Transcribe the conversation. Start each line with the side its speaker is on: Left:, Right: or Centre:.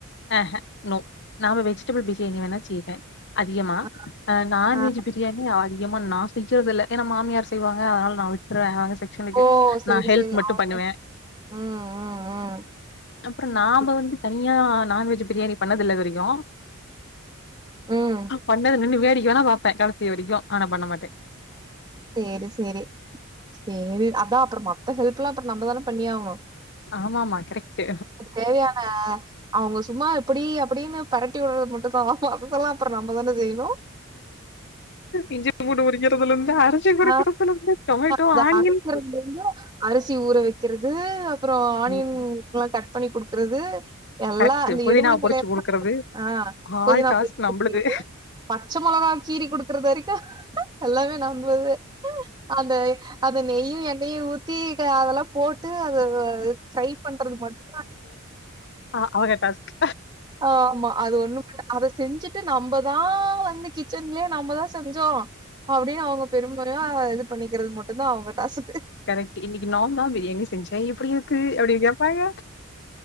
Left: ஆஹ நோ நாம வெஜிடபுள் பிரியாணி வேணா செய்வே அதிகமா
Right: அ,
Left: நா நான்வெஜ்
Right: ஆ
Left: பிரியாணி அதிகமா நா செய்யறது இல்ல ஏன்னா மாமியார் செய்வாங்க அதனால நா விட்ருவே அவங்க செக்க்ஷனுக்கு
Right: ஓ சேரி
Left: நா ஹெல்ப்
Right: சேரி
Left: மட்டு
Right: அவங்க
Left: பண்ணுவே
Right: ம் ம் ம்
Left: அப்பறோ நாம
Right: சரி.
Left: வந்து தனியா நான்வெஜ் பிரியாணி பண்ணது இல்ல இது வரைக்கு
Right: ம்
Left: பண்ணத நின்னு வேடிக்க வேணா பாப்பே கடைசி வரைக்கு ஆனா பண்ண மாட்டே
Right: சேரி சேரி சேரி அதா அப்பறோ மத்த ஹெல்ப் எல்லா அப்பறோ நம்ப தான பண்ணி ஆகணு
Left: ஆமா ஆமா கரெக்ட்
Right: தேவையான அவங்க சும்மா இப்டி அப்டின்னு பெரட்டி விடுறது மட்டுந்தா ஆமா அதுப்பெல்லா அப்பறோ நம்ப தான செய்யணு
Left: இஞ்சி பூண்டு உரிக்கறதுல இருந்து அர ச்சி குடுக்கறதுல
Right: ஆ
Left: இருந்து டொமேட்டோ
Right: அத
Left: ஆனியன்
Right: அரைக்கிறது அரிசி ஊற வைக்கிறது அப்பறோ ஆனியன்க்குலா
Left: ம்
Right: கட் பண்ணி குடுக்குறது எல்லா
Left: கரெக்ட்டு
Right: அந்த
Left: புதினா
Right: எடுபுடி
Left: பொறிச்சு
Right: வேலைய
Left: குடுக்கறது
Right: ஆ
Left: ஆல்
Right: புதினா
Left: டாஸ்க்
Right: பறிச்சி
Left: நம்பளுது
Right: குடுக்குறது பச்ச மொளகா கீறி குடுக்குறது வரைக்கு எல்லாமே நம்ப இது அந்த அந்த நெய்யு எண்ணெய்யு ஊத்தி க அதெல்லா போட் டு அத ஃப்ரை பண்றது மட்டுந்தா
Left: ஆ அவங்க டாஸ்க்
Right: ஆமா அது ஒண்ணு மட்டு அத செஞ்சிட்டு நம்பதா வந்து கிட்சன்லயே நம்பதா செஞ்சோ அப்டின்னு அவுங்க பெருமையா இது பண்ணிக்கிறது மட்டுந்தா அவுங்க டாஸ்க்
Left: கரெக்ட் இன்னக்கி நான்தா பிரியாணி செஞ்சே எப்டி இருக்கு அப்டின் கேப்பாங்க